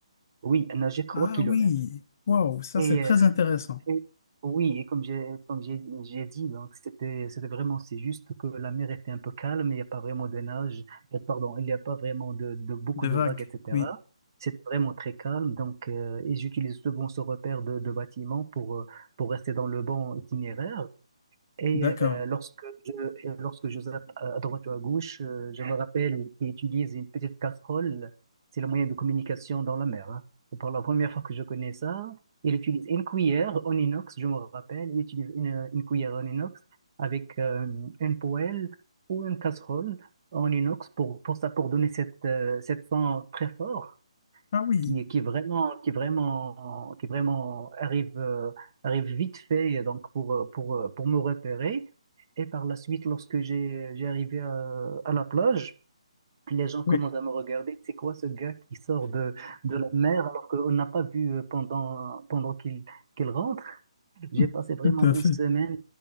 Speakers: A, on the right; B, on the left.
A: oui, à nager trois
B: Ah
A: kilomètres.
B: oui, waouh, ça
A: Et,
B: c'est très
A: euh,
B: intéressant.
A: et- oui, et comme j'ai, comme j'ai, j'ai dit, donc, c'était, c'était vraiment, c'est juste que la mer était un peu calme, il n'y a pas vraiment de nage, euh, pardon, il n'y a pas vraiment de, de beaucoup
B: Des
A: de
B: vagues,
A: vagues, etc.
B: oui,
A: C'était vraiment très calme. Donc, euh, et j'utilise souvent ce repère de, de bâtiment pour, euh, pour rester dans le bon itinéraire. Et
B: d'accord.
A: euh, lorsque je, et lorsque je zappe à à droite ou à gauche, euh, je me rappelle qu'il utilise une petite casserole. C'est le moyen de communication dans la mer. hein. Et pour la première fois que je connais ça, il utilise une cuillère en inox, je me rappelle. Il utilise une, une cuillère en inox avec euh, une poêle ou une casserole en inox pour, pour ça, pour donner cette, euh, cette fin très fort
B: Ah oui,
A: qui, qui vraiment, qui vraiment, qui vraiment arrive, euh, arrive vite fait euh, donc pour, euh, pour, euh, pour me repérer. Et par la suite, lorsque j'ai, j'ai arrivé à, à la plage, les gens commencent
B: oui,
A: à me regarder. C'est quoi ce gars qui sort de, de la mer alors qu'on n'a pas vu euh, pendant, pendant qu'il, qu'il rentre? J'ai
B: <laughs>
A: passé vraiment
B: tout à
A: une
B: fait.
A: semaine